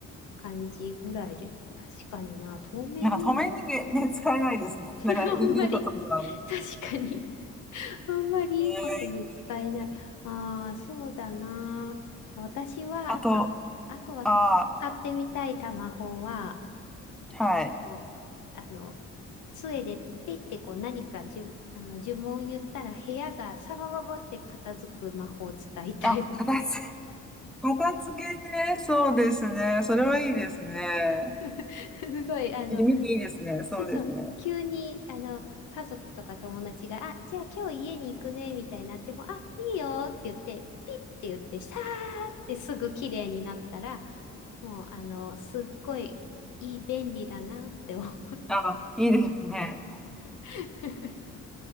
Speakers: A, on the left; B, in the centre.
A: 感じぐらいで。確かにな、透明人間。
B: なんか透明人間ね、使えないですね。
A: <laughs>
B: だからいい、
A: あんまり、
B: いいことですよね。
A: 確かに、あんまりいいことに使えない。
B: ねえ
A: ああ、そうだな。私は、
B: あと、
A: あと、あと私使ってみたいタマホは、
B: ああ、はい。
A: あの、あの杖でピッてこう何かじゅ、あの呪文言ったら部屋がサバババって片付く魔法を使いたい。
B: あ、片付け、片付けね。そうですね。それはいいですね。
A: <laughs> すごい、あの、
B: 意味いいですね。そうですね。
A: そうそう、急に、あの、家族とか友達が、あ、じゃあ今日家に行くね、みたいになっても、あ、いいよって言って、ピッって言って、さーってすぐ綺麗になったら、もう、あの、すっごい、いい、便利だなって思う。
B: あ、いいですね。
A: <laughs>